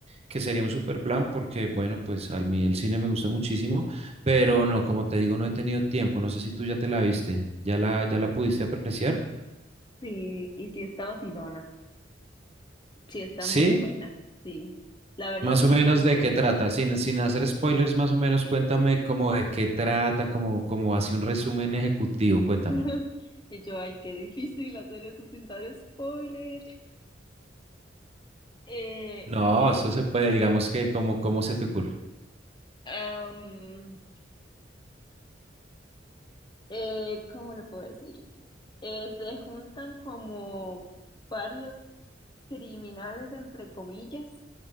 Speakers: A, on the right; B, on the left.
A: que sería un super plan, porque bueno, pues a mí el cine me gusta muchísimo, pero no, como te digo, no he tenido tiempo, no sé si tú ya te la viste, ya la, ya la pudiste apreciar,
B: sí, y sí está vacilona. Sí está
A: ¿sí?
B: muy buena, sí. La verdad
A: Más
B: sí
A: o menos
B: me gustó.
A: de qué trata, sin, sin hacer spoilers, más o menos cuéntame como de qué trata, como, como hace un resumen ejecutivo, cuéntame.
B: <laughs> Y yo, ay, qué difícil hacer eso sin dar spoiler. Eh,
A: No,
B: ok.
A: eso se puede, digamos que como, ¿cómo se te ocurre?
B: Am, eh, ¿cómo le puedo decir? Eh, se juntan como varios criminales, entre comillas,